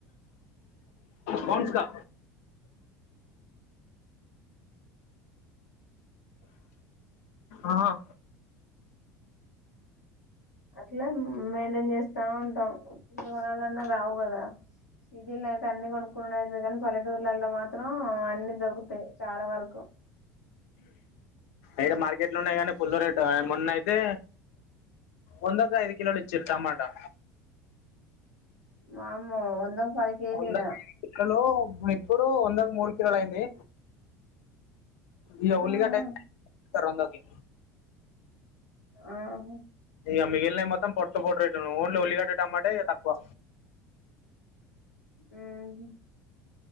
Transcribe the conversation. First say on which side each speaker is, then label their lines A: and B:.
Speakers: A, on the left; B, on the left.
A: కొన్సాకా ఆ అ
B: అట్లా మెయింటైన్ చేస్తా ఉంటాం జీవి కొణాలన్నా రావు కదా సిటిల్ యితే అన్ని కొనుకునుడు ఐతది కానీ పల్లెటూరు మాత్రం అన్ని దొకుతాయి చాలా వరకు
A: ఎడా మార్కెట్లు ఉన్నాయి కానీ ఫుల్ రేట్ మొన్న అయితే వందకు ఐదు కిలోకు ఇచ్చరు టమాటా
B: వామ్మో వందకు పది కేజీలు
A: వందకి
B: ఈడ
A: ఇప్పుడు మెకూడో మూడు కిల్లోలైంది ఇగా
B: ఆహా
A: ఉల్లిగడ్ అయితే ఈసారీ వందకి
B: ఆహ
A: ఇగా మిగిలినయి మొత్తం పొట్టు పోట్టు రేటును ఓన్లీ ఉల్లిగడ్డ టమాటే తక్కువ
B: ఉమ్